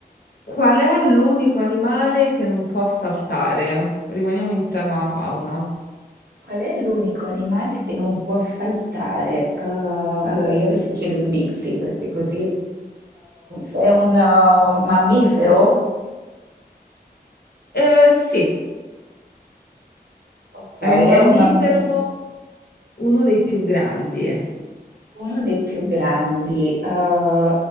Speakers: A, on the left (about 65°); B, on the right (about 75°).
A: Qual è l'unico animale che non può saltare? Rimaniamo in tema fauna.
B: Qual è l'unico animale che non può saltare? Eh, allora, io adesso chiedo indizi perché così eh, è un eh, mammifero?
A: Eh, sì,
B: Ok,
A: è
B: è
A: un mammifero,
B: un mam-
A: uno dei più grandi.
B: uno dei più grandi. Eh, ah,